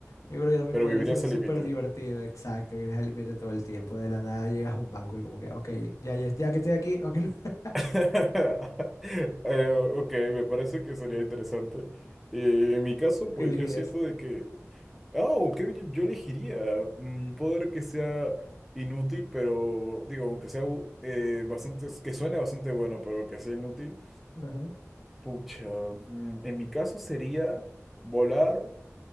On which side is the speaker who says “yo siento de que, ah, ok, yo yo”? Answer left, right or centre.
Centre